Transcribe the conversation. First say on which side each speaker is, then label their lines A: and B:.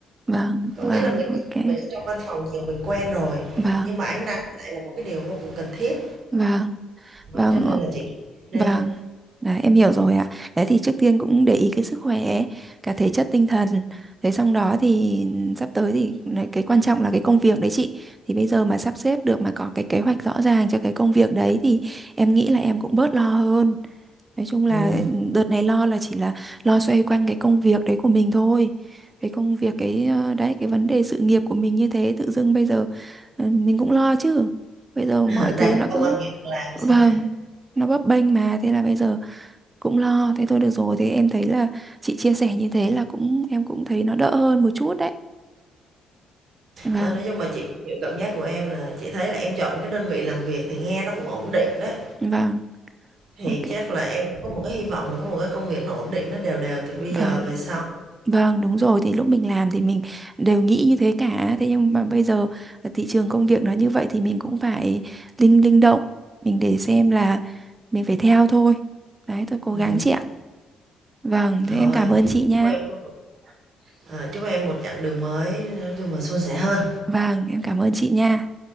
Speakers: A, on the right; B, on the right.
A: vâng,
B: Có
A: vâng,
B: nghĩa là mình
A: ok.
B: mình ở trong văn phòng nhiều mình quen rồi,
A: Vâng,
B: nhưng mà ánh nắng lại là một cái điều vô cùng cần thiết.
A: vâng, vâng,
B: Đó, cho nên
A: ờ,
B: là chị nên
A: vâng. Đấy, em hiểu rồi ạ. Đấy thì trước tiên cũng để ý cái sức khỏe, ấy, cả thể chất tinh thần. Thế xong đó thì sắp tới thì này, cái quan trọng là cái công việc đấy chị. Thì bây giờ mà sắp xếp được mà có cái kế hoạch rõ ràng cho cái công việc đấy thì em nghĩ là em cũng bớt lo hơn. Nói chung là
B: ừm,
A: ừ, đợt này lo là chỉ là lo xoay quanh cái công việc đấy của mình thôi. Cái công việc cái ờ, đấy cái vấn đề sự nghiệp của mình như thế tự dưng bây giờ ừ, mình cũng lo chứ. Bây giờ
B: <laughs>
A: mọi thứ
B: đang
A: nó
B: có công
A: cứ
B: ăn việc làm
A: vâng,
B: xong
A: nó bấp bênh mà thế là bây giờ cũng lo thế thôi được rồi thế em thấy là chị chia sẻ như thế là cũng em cũng thấy nó đỡ hơn một chút đấy. Vâng,
B: ờ, nói chung mà chị cũng hiểu cảm giác của em là chị thấy là em chọn cái đơn vị làm việc thì nghe nó cũng ổn định đấy.
A: vâng.
B: Thì
A: Ok.
B: chắc là em cũng có một cái hy vọng là có một cái công việc nó ổn định, nó đều đều từ bây
A: Vâng.
B: giờ về sau.
A: Vâng, đúng rồi, thì lúc mình làm thì mình đều nghĩ như thế cả. Thế nhưng mà bây giờ ờ, thị trường công việc nó như vậy thì mình cũng phải linh linh động, mình để xem là mình phải theo thôi. Đấy, tôi cố
B: Ừm,
A: gắng chị ạ. Vâng,
B: thôi,
A: thế em cảm ơn chị nha.
B: chúc em có một ờ, chúc em một chặng đường mới nói chung là suôn sẻ hơn.
A: Vâng, em cảm ơn chị nha.